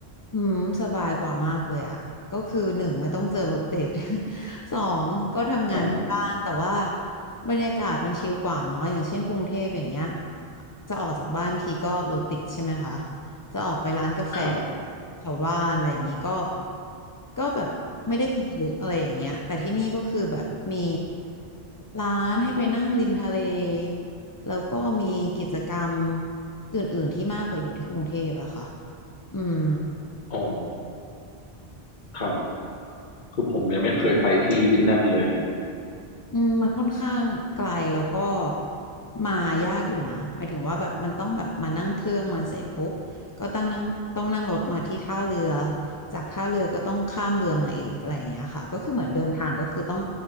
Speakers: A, on the left; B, on the left.
A: อืมสบายกว่ามากเลยอ่ะก็คือหนึ่งไม่ต้องเจอรถติด <laughs> สองก็ทำงานที่บ้านแต่ว่า
B: อ๋อ
A: บรรยากาศมันชิลกว่าเนาะอย่างเช่นกรุงเทพอย่างเงี้ยจะออกจากบ้านทีก็รถติดใช่ไหมคะจะออกไปร้านกาแฟแบบแถวบ้านอะไรอย่างงี้ก็
B: ครับ
A: ก็แบบไม่ได้มีเยอะอะไรอย่างเงี้ยแต่ที่นี่ก็คือแบบมีร้านให้ไปนั่งริมทะเลแล้วก็มีกิจกรรมอื่นๆที่มากกว่าอยู่ที่กรุงเทพอะค่ะอืม
B: อ๋อครับคือผมยังไม่เคยไปที่ที่นั่นเลย
A: อืมมันค่อนข้างไกลแล้วก็มายากอยู่นะหมายถึงว่าแบบมันต้องแบบมานั่งเครื่องมาเสร็จปุ๊บก็ต้องนั่งต้องนั่งรถมาที่ท่าเรือจากท่าเรือก็ต้องข้ามเรือมาอีกอะไรอย่างเงี้ยค่ะก็คือเหมือนเดินทางก็คือต้อง